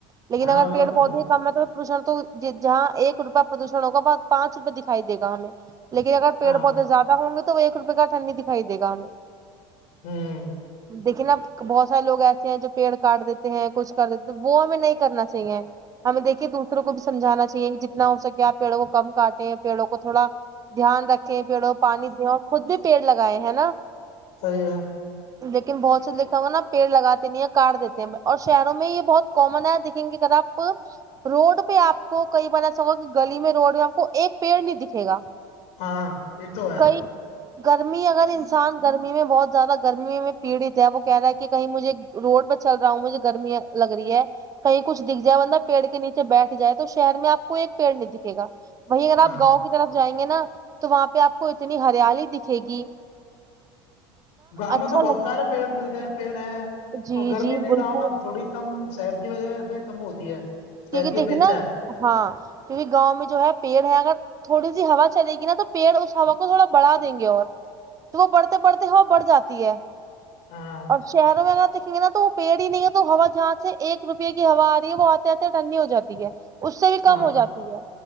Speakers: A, on the right; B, on the left.
A: لیکن
B: ہاں
A: اگر
B: وہ
A: پیڑ
B: تو
A: پودے
B: ہے
A: اس کا متلب پردشن تو جہاں ایک روپیہ پردوشن ہوگا وہ پانچ روپئے دکھائی د یگا ہمیں لیکن اگر پیر
B: ہاں
A: پودے زیادہ ہوں گے تو وہ ایک روپئے کا اٹھنی دکھائیے گا ہمیں
B: ہوں
A: دیکھیں نا بہت سارے لوگ ایسے ہیں جو پیڑ کاٹ دیتے ہیں کچھ کر دیتے ہیں وہ ہمیں نہیں کرنا چاہیے ہمیں دیکے دوسروں کو بھی سمجھانا چاہیے کہ جتنا ہو سکے آپ پیڑوں کو کم کاٹے پیڑوں کو تھوڑا دھیان رکھیں پیڑوں پانی دو اور خود بھی پیڑ لگائے ہے نا
B: صحیح ہے
A: <inaudible> لیکن بہت سے لوگ نا دیکا ہوا نا پیڑ لگاتے نہیں ہیں کاٹ دیتے ہیں اور شہروں میں یہ بہت کومن ہے دیکھیں گے اگر آپ پروڈ آپ کو کیی بار ایسا ہوا کہ گلی میں روڈ میں آپ کو ایک پیڑ نہیں دکھے گا
B: ہاں یہ تو ہے
A: نہیں گرمی اگر انسان گرمی میں بہت زیادہ گرمی میں پیڑت ہے وہ کہہ رہا ہے کہ کہیں مجھے روڈ پہ چل رہا ہوں مجھے گرمییا لگ رہی ہے کہیں کچھ دکھ جائے بندہ پیڑ کے نیچے بیٹھ جائے تو شہر میں آپ کو ایک پیڑ نہیں دکھے گا وہیں اگر
B: ہاں
A: آپ گاؤں کی طرف جائیں گے نا تو وہاں پہ آپ کو اتنی ہریالی دکھے گی <inaudible>
B: گاؤں میں
A: اچھا
B: تو بہت
A: لگ
B: سارے پیڑ مل رہیںے پیڑ ہیں
A: جی
B: اور گرمی
A: جی
B: بھی
A: بالکل
B: گاؤں میں تھوڑی کم شہر کی وجہ سے کم ہوتی ہے شہر
A: کیونکہ
B: کی
A: دیکھیے
B: اپیچھا
A: نا ہاں کیونکہ گاؤں میں جو ہے پیڑ ہے اگر تھوڑی سی ہوا چلے گی نا تو پیڑ اس ہوا کو تھوڑا بڑھا دیں گے اور وہ بڑھتے پڑھتے وہ بڑھ جاتی ہے
B: ہاں
A: اور شہروں میں اگر دیکیں گے نا تو وہ پیڑ ہی نہیں ہے تو ہوا جہاں سے ایک روپے کی ہوا آ رہی ہے وہ تے ٹھنڈی ہو جاتی ہے اس سے بھی کم
B: ہاں
A: ہو جاتی ہے